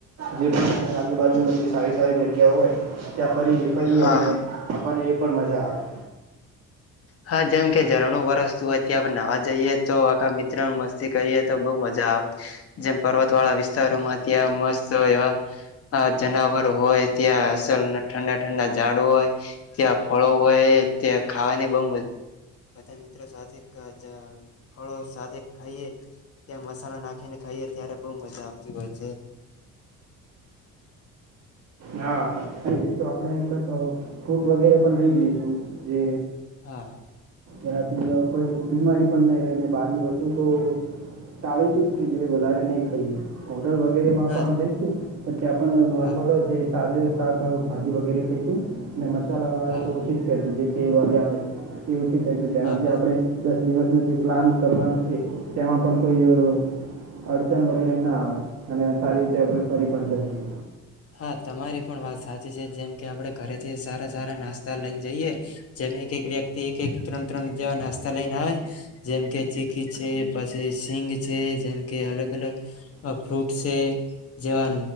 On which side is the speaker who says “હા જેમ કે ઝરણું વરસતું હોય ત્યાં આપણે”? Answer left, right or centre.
Left